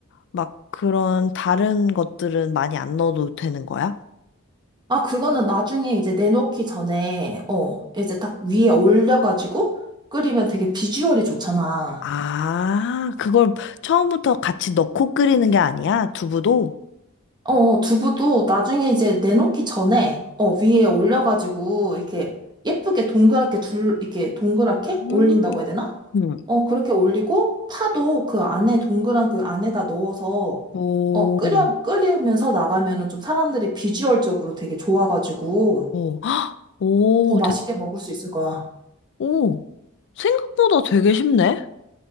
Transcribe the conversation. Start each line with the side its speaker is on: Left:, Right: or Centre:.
Left: 막 그런 다른 것들은 많이 안 넣어도 되는 거야?
Right: 아, 그거는 나중에 이제 내놓기 전에, 어, 이제 딱 위에 올려가지고 끓이면 되게 비주얼이 좋잖아.
Left: 아, 그걸 처음부터 같이 넣고 끓이는 게 아니야? 두부도?
Right: 어, 어, 두부도 나중에 이제 내놓기 전에, 어, 위에 올려가지고 이렇게 예쁘게 동그랗게 둘, 이렇게 동그랗게
Left: 음.
Right: 올린다고 해야 되나?
Left: 응.
Right: 어, 그렇게 올리고 파도 그 안에 동그란 그 안에다 넣어서,
Left: 오,
Right: 어, 끓여, 끓이면서 나가면은 좀 사람들이 비주얼적으로 되게 좋아가지고
Left: 오, 헉, 오,
Right: 더 맛있게
Left: 되,
Right: 먹을 수 있을 거야.
Left: 오. 생각보다 되게 쉽네?